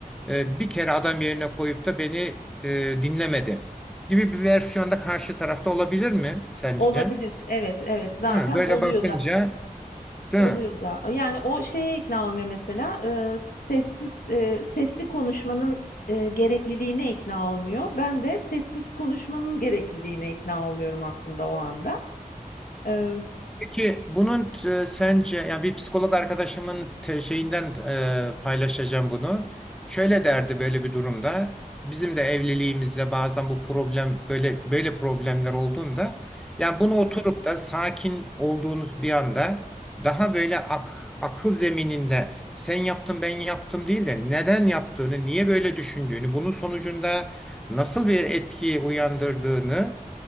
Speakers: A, in the centre; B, on the left.
A: E, bir kere adam yerine koyup da beni e, dinlemedi gibi bir versiyonda karşı tarafta olabilir mi sence?
B: Olabilir. Evet, evet. Zaten
A: Değil mi? Böyle
B: oluyor
A: bakınca,
B: da
A: değil
B: oluyor
A: mi?
B: da. Yani o şeye ikna olmuyor mesela. Ee, sessiz e, sesli konuşmanın e, gerekliliğine ikna olmuyor. Ben de sessiz konuşmanın gerekliliğine ikna olmuyorum aslında o anda. Ee,
A: Peki bunun e, sence yani bir psikolog arkadaşımın te- şeyinden e, paylaşacağım bunu. Şöyle derdi böyle bir durumda. Bizim de evliliğimizde bazen bu problem böyle böyle problemler olduğunda yani bunu oturup da sakin olduğunuz bir anda daha böyle ak, akıl zemininde sen yaptın ben yaptım değil de neden yaptığını, niye böyle düşündüğünü, bunun sonucunda nasıl bir etki uyandırdığını